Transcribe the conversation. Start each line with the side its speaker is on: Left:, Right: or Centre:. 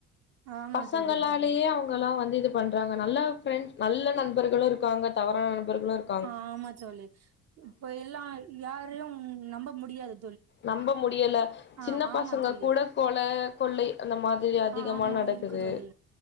Right: ஆமா
Left: பசங்களாலேயே
Right: தோழி
Left: அவுங் ங்கல்லா வந்து இது பண்றாங்க நல்ல ஃப்ரெண்ட் நல்ல நண்பர்களு இருக்காங்க தவறான நண்பர்களு இருக்
Right: ஆமா தோழி இப்போ எல்லா யாரையு நம்ப முடியாது
Left: நம்ப முடியல
Right: ஆ
Left: சின்ன
Right: ஆமா
Left: பசங்க
Right: தோழி
Left: கூட கொல கொள்ளை அந்த மாதிரி அதிகமா
Right: ஆ ஆமா
Left: நடக்குது
Right: இருக்கு தோழி